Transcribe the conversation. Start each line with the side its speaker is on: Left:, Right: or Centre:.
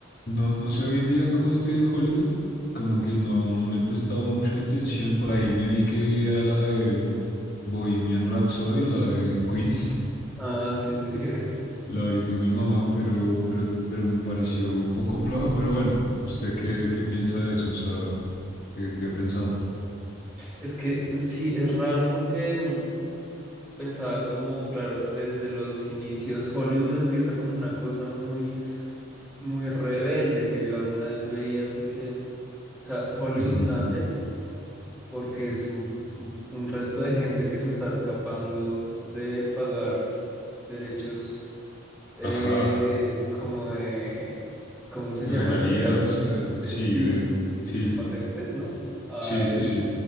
Left: No, no sé hoy en día cómo esté Hollywood, como que no, no le he prestado mucho atención. Por ahí me vi que veía la de Bohemian Rhapsody, la de Queen, <laughs>
Centre: Ah, sí, sí. <laughs>
Left: la vi con mi mamá, pero, pero, pero me pareció un poco floja. Pero bueno, ¿usted qué, qué piensa de eso? O sea, ¿qué, qué ha pensado?
Centre: Es que sí, es raro porque... mm, pensaba como, claro, desde los inicios, Hollywood empieza como una cosa muy, muy rebelde que yo alguna vez veía, así que, o sea, Hollywood
Left: Ujú.
Centre: nace porque es un, un- un resto de gente que se está escapando de pagar derechos, eh,
Left: Ajá,
Centre: como de, ¿cómo se
Left: regalías,
Centre: llama eso? De, pat-
Left: eh,
Centre: de-
Left: sí,
Centre: sí,
Left: de, sí,
Centre: de patentes, ¿no? A
Left: sí,
Centre: Edith.
Left: sí, sí.